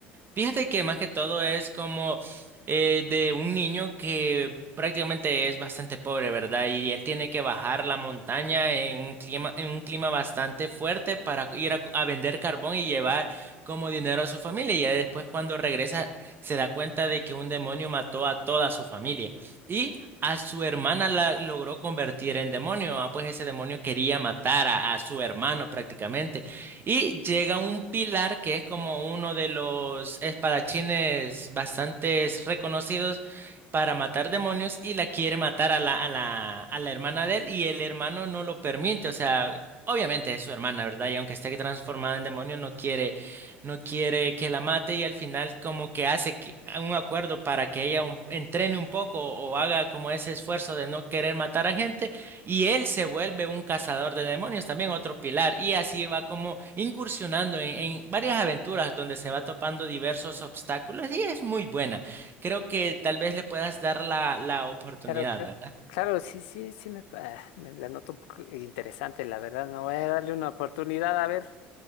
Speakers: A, on the right; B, on the left.
A: Fíjate que más que todo es como eh, de un niño que prácticamente es bastante pobre, ¿verdad? Y él tiene que bajar la montaña en un clima, en un clima bastante fuerte para ir a, a vender carbón y llevar como dinero a su familia. Y ya después cuando regresa se da cuenta de que un demonio mató a toda su familia. Y a su hermana la logró convertir en demonio. Ah, pues ese demonio quería matar a a su hermano prácticamente. Y llega un pilar que es como uno de los espadachines bastante reconocidos para matar demonios y la quiere matar a la, a la, a la hermana de él y el hermano no lo permite. O sea, obviamente es su hermana, ¿verdad? Y aunque esté transformada en demonio, no quiere, no quiere que la mate y al final como que hace que- un acuerdo para que ella un- entrene un poco o haga como ese esfuerzo de no querer matar a gente. Y él se vuelve un cazador de demonios, también otro pilar, y así va como incursionando en, en varias aventuras donde se va topando diversos obstáculos y es muy buena. Creo que tal vez le puedas dar la, la oportunidad,
B: Claro, claro.
A: ¿verdad?
B: Claro, sí, sí, sí me, pa- me la noto un poco interesante, la verdad. No voy a darle una oportunidad a ver